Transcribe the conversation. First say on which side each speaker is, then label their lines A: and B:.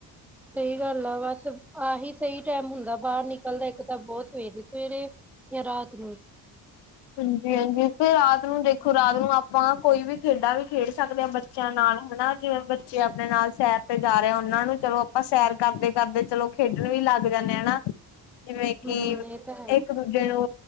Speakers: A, in the centre; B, on the left.
A: ਸਹੀ ਗੱਲ ਆ, ਬਸ ਆਹੀ ਸਹੀ ਟਾਈਮ ਹੁੰਦਾ ਬਾਹਰ ਨਿਕਲਦਾ ਇੱਕ ਤਾਂ ਬੋਤ ਸਵੇਰੇ ਸਵੇਰੇ। ਯਾ ਰਾਤ ਨੂੰ।
B: ਕੋਈ ਅਵਾਜ਼ ਨਹੀਂ ਹਾਂਜੀ ਹਾਂਜੀ ਫਿਰ ਰਾਤ ਨੂੰ ਦੇਖੋ ਰਾਤ ਨੂੰ ਆਪਾਂ ਕੋਈ ਵੀ ਖੇਡਾ ਵੀ ਖੇਡ ਸਕਦੇ ਆਂ ਬੱਚਿਆਂ ਨਾਲ ਹਨਾ ਜਿਵੇਂ ਬੱਚੇ ਆਪਣੇ ਨਾਲ ਸੈਰ ਤੇ ਜਾ ਰਹੇ ਉਹਨਾਂ ਨੂੰ ਚਲੋ ਆਪਾਂ ਸੈਰ ਕਰਦੇ ਕਰਦੇ ਚਲੋ ਖੇਡ ਲੱਗ ਜਾਂਦੇ ਆ ਹਨਾ ਜਿਵੇਂ ਕਿ
A: ਹੂੰ ਇਹ ਤਾਂ ਹੈ
B: ਇੱਕ ਦੂਜੇ ਨੂੰ